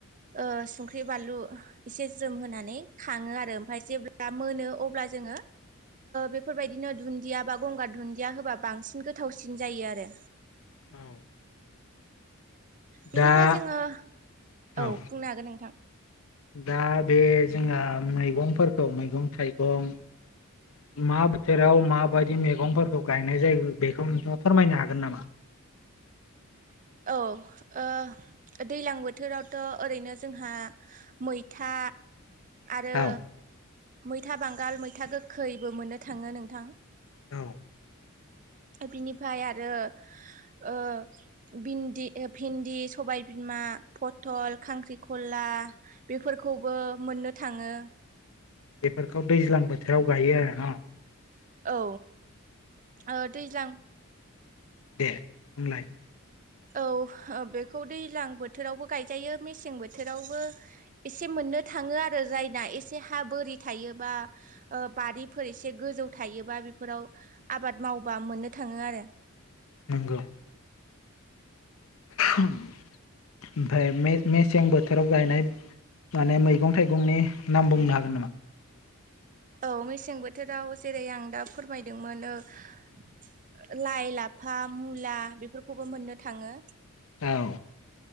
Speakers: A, on the right (about 40°); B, on the left (about 75°).
A: ओ संख्रि बानलु एसे जोमहोनानै खाङो आरो ओमफाय जेब्ला मोनो अब्ला जों बेफोरबायदिनो दुदिया बा गंगार दुदिया होबा बांसिन गोथावसिन सिन जायो आरो
B: औ
A: बिनिफ्राय
B: दा
A: जोङो औ बुंनो
B: औ
A: हागोन नोंथां
B: दा बे जोंहा मैगंफोरखौ मैगं थाइगं मा बोथोराव माबायदि मैगंफोरखौ गायनाय जायो बेखौ नोंथाङा फोरमायनो हागोन नामा <unintelligible>
A: औ ओ दैज्लां बोथोरावथ' ओरैनो जोंहा मैथा आरो
B: औ
A: मैथा बांगाल मैथा गोखैबो मोननो थाङो नोंथां
B: औ
A: बिनिफ्राय आरो ओ बिन्दि भिन्दि सबायबिमा पथल खांख्रिखला बेफोरखौबो मोननो थाङो
B: बेफोरखौ दैज्लां बोथोराव गायो आरो ना
A: औ ओ दैज्लां
B: दे होनलाय
A: औ औ बेखौ दैलां बोथोरावबो गायजायो मेसें बोथोरावबो एसे मोन नो थाङो आरो जायना एसे हा बोरि थायोबा ओ बारिफोर एसे एसे गोजौ थायोबा बेफोराव आबाद मावबा मोननो थाङो आरो
B: नोंगौ ओमफ्राय मेसें बोथोराव गायनाय माने मैगं थाइगंनि नाम बुंनो हागोन नामा
A: औ मेसें बोथोराव जेरै आं दा फोरमायदोंमोन ओ लाइ-लाफा मुला बेफोरखौबो मोननो थाङो
B: औ